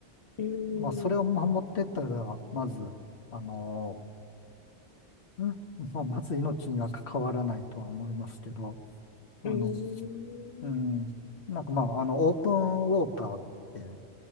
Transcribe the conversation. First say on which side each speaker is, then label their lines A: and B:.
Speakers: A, on the left; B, on the left.
A: うーん、
B: まあ、それを守ってったら、まず、あの、うんまあ、まず命には関わらないとは思いますけど、あの、
A: うーん、
B: うん、なんかまあ、あの、オープンウォーターって、